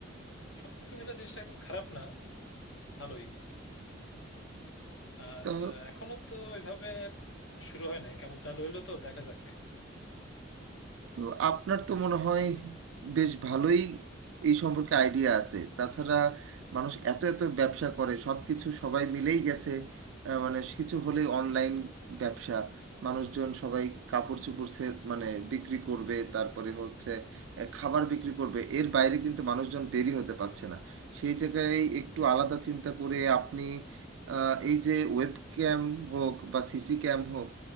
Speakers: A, on the left (about 70°); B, on the right (about 75°).
A: সবকিছু মিলে জিনিসটা একদম খারাপ না ভালোই আর
B: না
A: আহ, এখনো তো ওইভাবে শুরু হয় নাই কেবল চালু হইলো তো দেখা যাক
B: তো আপনার তো মনে হয়
A: আর
B: বেশ ভালোই এই সম্পর্কে আইডিয়া আছে তাছাড়া মানুষ এত এত ব্যবসা করে সব কিছু সবাই মিলেই গেছে আহ, মানে কিছু হলেই অনলাইন ব্যবসা মানুষজন সবাই কাপড় চোপড় সে মানে বিক্রি করবে তারপরে হচ্ছে আহ, খাবার বিক্রি করবে এর বাইরে কিন্তু মানুষজন বেরি হতে পারছে না সেই জায়গায় একটু আলাদা চিন্তা করে আপনি আহ, এই যে ওয়েব ক্যাম হোক বা সিসি ক্যাম হোক